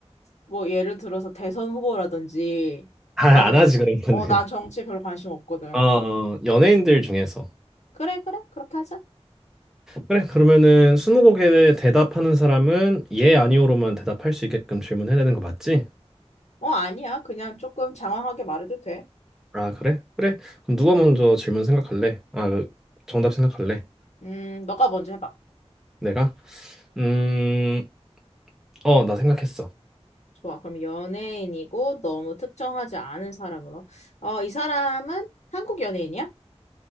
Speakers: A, on the left; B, in the centre.
A: 뭐 예를 들어서 대선 후보라든지,
B: 아,
A: 나는,
B: 안 하지 그런 거는.
A: 어,
B: <laughs>
A: 난 정치에 별로 관심 없거든.
B: 어, 어, 연예인들 중에서.
A: 그래, 그래, 그렇게 하자.
B: 그래. 그러면은 스무고개에 대답하는 사람은 예, 아니오로만 대답할 수 있게끔 질문해야 되는 거 맞지?
A: 어, 아니야. 그냥 조금 장황하게 말해도 돼.
B: 아, 그래? 그래. 그럼 누가 먼저 질문 생각할래? 아, 그 정답 생각할래?
A: 음, 너가 먼저 해봐.
B: 내가? 음, 어, 나 생각했어.
A: 좋아. 그럼 연예인이고 너무 특정하지 않은 사람으로. 어, 이 사람은 한국 연예인이야?